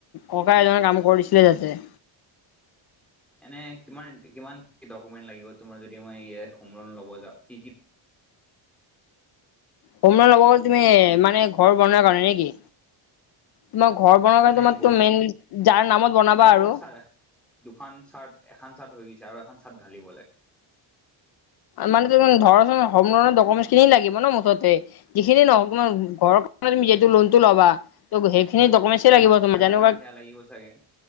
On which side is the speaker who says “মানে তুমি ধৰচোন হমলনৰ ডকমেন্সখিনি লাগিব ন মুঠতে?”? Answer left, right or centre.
Left